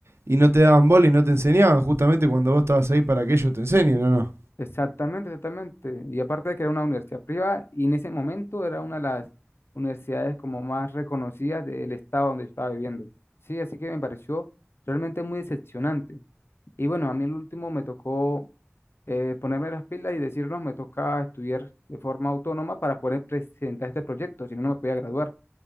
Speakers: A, on the right (about 65°); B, on the left (about 60°).
A: y no te daban bola y no te enseñaban, justamente cuando vos estabas ahí para que ellos te enseñen, ¿o no?
B: Exactamente, exactamente. Y aparte de que era una universidad privada, y en ese momento era una de las universidades como más reconocidas del estado donde yo estaba viviendo. Sí, así que me pareció realmente muy decepcionante. Y bueno, a mí el último me tocó eh, ponerme las pilas y decirnos, me toca estudiar de forma autónoma para poder presentar este proyecto, si no, no me podía graduar.